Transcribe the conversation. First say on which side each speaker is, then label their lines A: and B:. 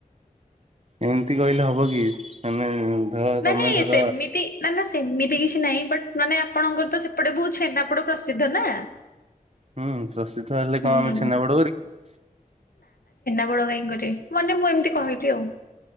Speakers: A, on the right; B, on the left.
A: ଏମିତି କହିଲେ ହବ କି ମାନେ ଧର ତମେ
B: ନାଇଁ ନାଇଁ
A: ଧର
B: ସେମିତି ନା ନା ସେମିତି କିଛି ନାହିଁ ବଟ୍ ମାନେ ଆପଣଙ୍କର ତ ସେପଟେ ବହୁତ ଛେନାପୋଡ ପ୍ରସିଦ୍ଧ ନା?
A: ହୁଁ ପ୍ରସିଦ୍ଧ ହେଲେ
B: ହୁଁ।
A: କଣ ଆମେ ଛେନାପୋଡ କରିବୁ?
B: ବଡ଼ ଗାଈଙ୍କରେ ମନେ ମୁଁ ଏମିତି କହିବି ଆଉ।